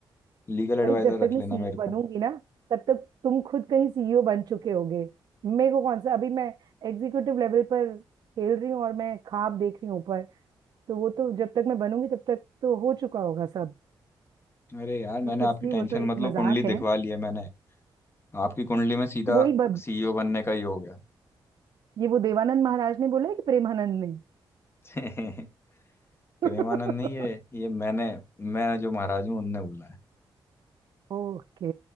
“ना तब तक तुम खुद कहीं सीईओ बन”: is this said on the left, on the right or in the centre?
Right